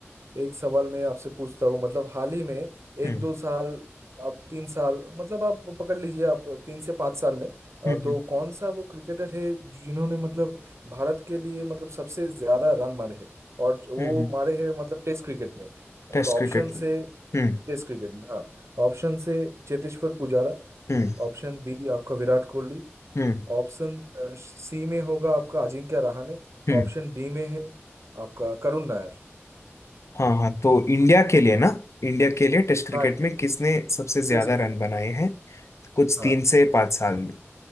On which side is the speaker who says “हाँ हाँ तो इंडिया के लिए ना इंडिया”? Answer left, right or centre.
Left